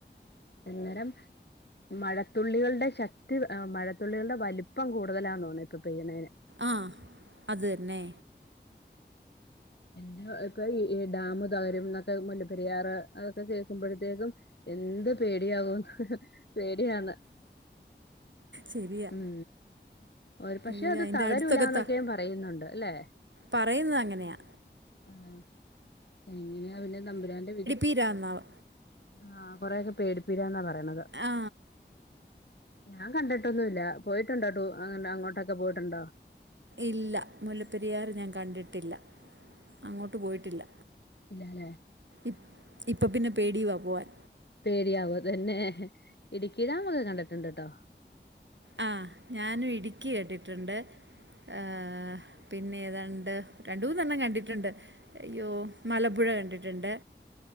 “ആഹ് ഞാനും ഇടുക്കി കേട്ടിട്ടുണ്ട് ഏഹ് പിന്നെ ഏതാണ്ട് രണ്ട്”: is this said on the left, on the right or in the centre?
Right